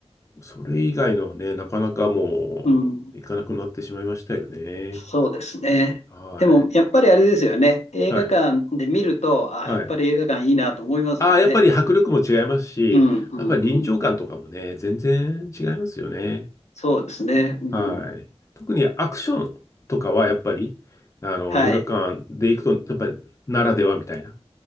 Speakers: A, on the left; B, on the left.
A: それ以外のはね、なかなかもう、
B: うん。
A: 行かなくなってしまいましたよね。
B: そうですね。
A: は
B: でも、やっぱりあれですよね。映画館で見ると、
A: い。はい。
B: ああ、
A: はい。
B: やっぱり映画館いいなと思いますよね。
A: ああ、やっぱり迫力も違いますし、
B: うん、うん、
A: やっぱり臨場感とかもね、
B: うん。
A: 全然違いますよね。
B: そうですね。うん。
A: はい。特にアクションとかはやっぱり、あの、
B: はい。
A: 映画館で行くと、やっぱりならではみたいな。